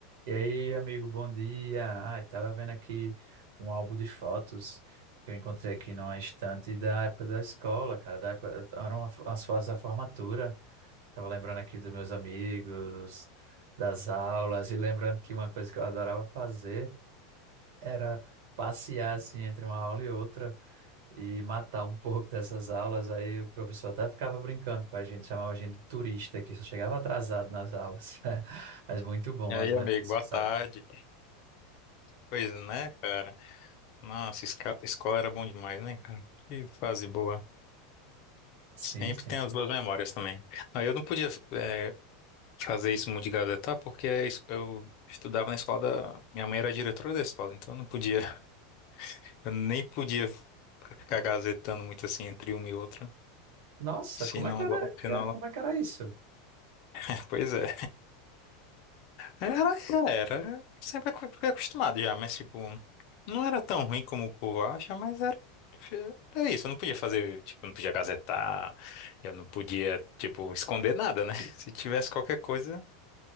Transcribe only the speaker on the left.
E aí,
amigo, boa
tarde.
Pois né, cara? Nossa, esca- escola era bom demais, né, cara? Que fase boa.
Sempre
tem as boas memórias também. Não, eu não podia é, fazer isso muito de gazetar, porque a es- eu estudava na escola da... Minha mãe era diretora da escola, então eu não podia... <laughs> Eu nem podia ficar gazetando muito assim entre uma e outra.
Se
não...
go- Se
não...
<laughs> Pois é. Era, era. Sempre acu- fui acostumado já, mas tipo, não era tão ruim como o povo acha, mas era, era isso. Eu não podia fazer, tipo, não podia gazetar, eu não podia, tipo, esconder nada, né? <laughs> Se tivesse qualquer coisa,